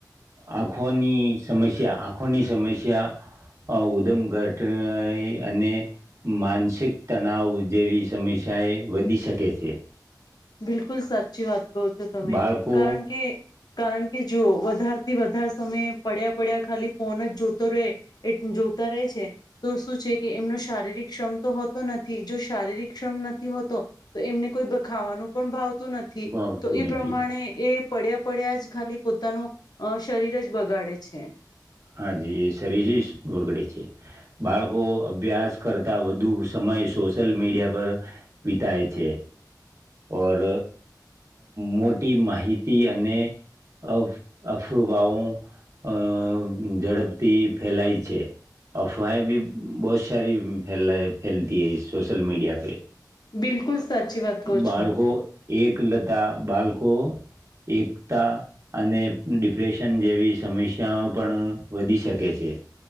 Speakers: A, on the right; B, on the left.
A: આંખોની સમસ્યા આંખોની સમસ્યા- - ઉધમઘટ અને- - માનસિક તણાવ જેવી સમસ્યાએ વધી શકે છે.
B: બિલકુલ સાચી વાત કહો છો તમે
A: બાળકો
B: કારણ કે- - કારણ કે જો વધાર થી વધારે સમય પડ્યા પડ્યા ખાલી ફોન જ જોતો રહે- - એટ જોતા રહે છે. તો શું છે કે એમનો શારીરિક ક્ષમ તો હોતો નથી જો શારીરિક ક્ષમ નથી હોતો. તો એમને કોઈ બ ખાવાનું પણ ભાવતું નથી
A: ભાવતું
B: તો એ
A: નથી
B: પ્રમાણે એ- - પડ્યા પડ્યા જ ખાલી પોતાનું અ શરીર જ બગાડે છે.
A: હા જ એ શરીરી બગડે છે બાળકો અભ્યાસ- - કરતાં વધુ સમય સોશિયલ મીડિયા પર વિતાય છે. પર મોટી માહિતી અને- - અ અફુવાઓ અ ઝડપથી ફેલાય છે. અફવાહે ભી બહુ સારી ફેલા ફેલતીએ સોશિયલ મીડિયા પે
B: બિલકુલ. સાચી વાત કહો
A: બાળકો
B: છો
A: એકલતા બાળકો એકતા- - અને ડિપ્રેશન જેવી સમસ્યાઓ પણ વધી શકે છે.